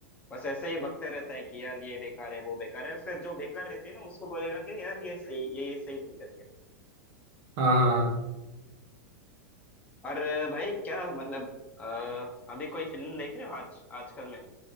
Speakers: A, on the left; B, on the right.
A: बस ऐसे ही बकते रहता है कि यार ये बेकार है वो बेकार है फिर जो बेकार रहती है ना उसको बोलेगा कि यार ये सही ये ये सही थी करके
B: हाँ हाँ हाँ।
A: और अ, भाई क्या मतलब अ, अभी कोई फिल्म देख रहे हो आज आजकल में